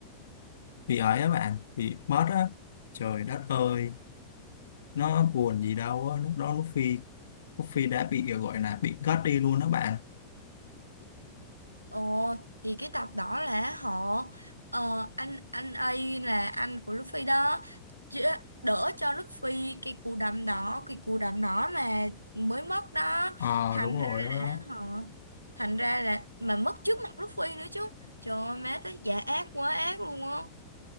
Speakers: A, on the left (about 65°); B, on the right (about 80°).
A: bị ấy á bạn bị mất á trời đất ơi nó buồn gì đâu á lúc đó lúc Phi lúc Phi đã bị à, gọi là bị cất đi luôn đó bạn
B: Ồ, thì cái tập đó là họ ờ, anh anh ấy là anh của Luffy đó chứ đỡ cho Luffy cái cú đấm đó cái cú đấm đó mà mới mất đó
A: ờ
B: thành
A: đúng rồi
B: ra
A: á
B: là họ thành ra là mà mất trước mặt Luffy nữa chứ trời ơi má tới giả ác quá ác luôn á